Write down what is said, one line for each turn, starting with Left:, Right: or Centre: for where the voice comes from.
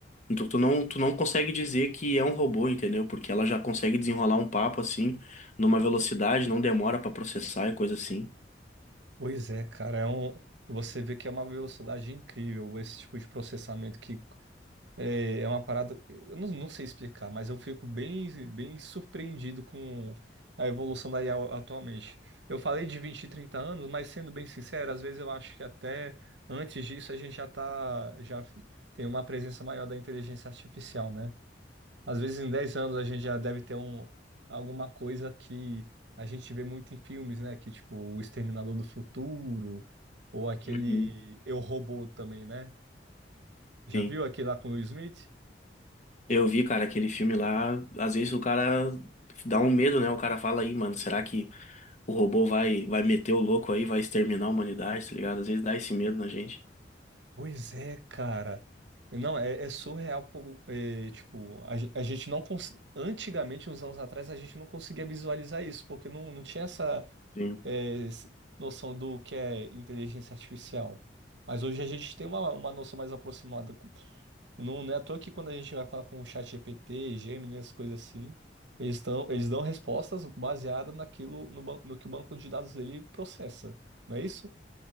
Left: tu, tu não, tu não consegue dizer que é um robô, entendeu? Porque ela já consegue desenrolar um papo, assim, numa velocidade, não demora para processar e coisa assim.
Right: Pois é, cara. É um... Você vê que é uma velocidade incrível esse tipo de processamento que é, é uma parada. Eu não, não sei explicar, mas eu fico bem, bem surpreendido com a evolução da IA atualmente. Eu falei de vinte e trinta anos, mas sendo bem sincero, às vezes eu acho que até antes disso a gente já tá, já tem uma presença maior da inteligência artificial, né? Às vezes em 10 anos a gente já deve ter um, alguma coisa que a gente vê muito em filmes, né? Que tipo O Exterminador do Futuro ou aquele
Left: Uhum.
Right: Eu, Robô também, né? Já
Left: Sim.
Right: viu aquele lá com o Will Smith?
Left: Eu vi, cara, aquele filme lá, às vezes o cara dá um medo, né, o cara fala aí, mano, será que o robô vai, vai meter o louco aí, vai exterminar a humanidade, tá ligado? Às vezes dá esse medo na gente.
Right: Pois é, cara. Não, é, é surreal, pô, é, tipo, a, ge- a gente não cons... antigamente, uns anos atrás, a gente não conseguia visualizar isso, porque não, não tinha essa
Left: Sim,
Right: é, s- noção do que é inteligência artificial. Mas hoje a gente tem uma, uma noção mais aproximada Não, não é à toa que quando a gente vai falar com o chat GPT, Gemini, essas coisas assim, eles estão, eles dão respostas baseadas naquilo, no, ban- no que o banco de dados dele processa, não é isso?